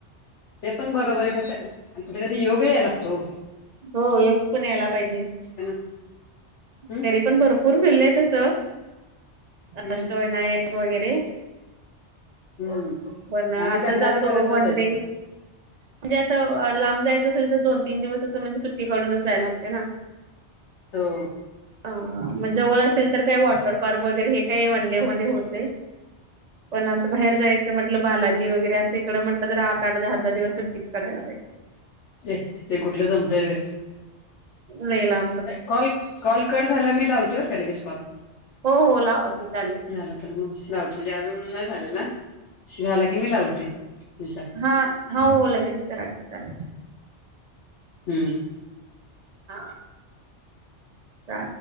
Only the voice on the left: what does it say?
ते पण बरोबर आहे ख तर कधी योग या लागतो.
ना. हम्म
हम्म
हम्म
आम्ही लग्नाआधी
बऱ्याचदा
जायचो
हो.
ए ते कुठलं जमतय.
कॉल कॉल कट झाला मी लावते बर काय लगेच कॉल
झाला तर मग लावतो म्हणजे अजून नाही झाले ना झाला की मी लावते तुमचा
हम्म.